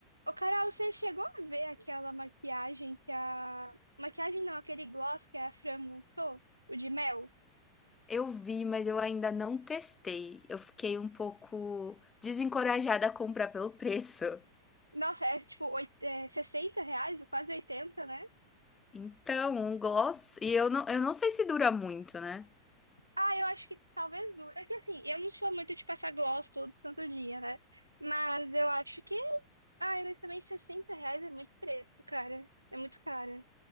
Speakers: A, on the right (about 80°); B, on the left (about 15°).
A: Ô, Carol, você chegou a ver aquela maquiagem que a. Maquiagem não, aquele gloss que a Fran lançou? O de mel?
B: Eu vi, mas eu ainda não testei. Eu fiquei um pouco desencorajada a comprar pelo preço.
A: Nossa, é tipo oit- é, 60 reais, ou quase oitenta né?
B: Então, um gloss. E eu não, eu não sei se dura muito, né?
A: Ah, eu acho que talvez dure. É que assim, eu não sou muito de passar gloss todo santo dia, né? Mas eu acho que. Ai, mas também 60 reais é muito preço, cara. É muito caro.